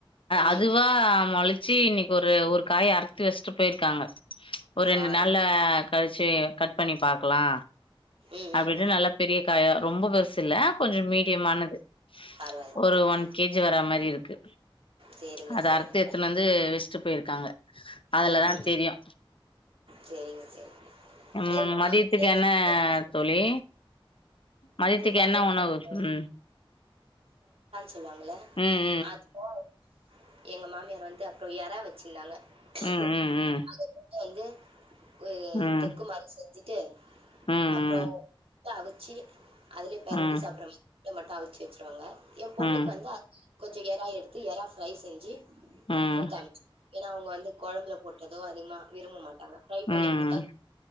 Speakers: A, on the right (about 85°); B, on the left (about 70°).
A: ம்
B: அதுவா மொளச் சு இன்னக்கி ஒரு ஒரு காய் அறு த்து வச்சட்டு போய்ருக்காங்க ஒரு ரெண்டு
A: ஆ
B: நாள் கழிச்சு கட் பண்ணி பாக்கலா
A: ம்
B: அப்டின்னு
A: ம்
B: நல்லா பெரிய காயா ரொம்ப பெருசுல்ல கொஞ்ச மீடியமானது
A: பரவால்ல
B: ஒரு
A: பரவால்ல
B: ஒன் கேஜி வரா அந்த மாரி இருக்கு
A: சேரிங்க
B: அது
A: சேரிங்க
B: அறுத்து எடுத்துனு வந்து வச்ட்டு போய்ருக்கு இருக்காங்க அதுலதா
A: ம் ம்
B: தெரியு
A: சேரிங்க சேரிங்க அது
B: ம
A: நமக்கு
B: மதியத்துக்கு
A: <unintelligible>
B: என்ன தோழி மதியத்துக்கு
A: மதியானோ
B: என்ன உணவு ம்
A: சொல்லுவாங்கள
B: ம்
A: அ <unintelligible> எங்க மாமியார் வந்து அப்புற எறா வச்சிருந்தாங்க <unintelligible>
B: ம் ம் ம் ம்
A: வந்து அ ஒரு
B: ம் ம்
A: தொக்கு
B: ம்
A: மாதிரி செஞ்சுட்டு
B: ம்
A: அப்புறோ முட்ட அவிச்சு அதிலே பெரட்டி
B: ம்
A: சாப்புற மாரி முட்ட மட்டு அவிச்சு வச்சுருவாங்க ஏ பொண்ணுக்கு
B: ம்
A: வந்து கொஞ்ச எரா எடுத்து எறா ஃப்ரை செஞ்சி
B: ம்
A: கொடுத்தாம்ஞ்ச் ஏன்னா அவங்க வந்து கொழம்புல போட்டதோ அதிகமா விரும்பமாட் ஃப்ரை
B: ம்
A: பண்ணி கொடுத்தா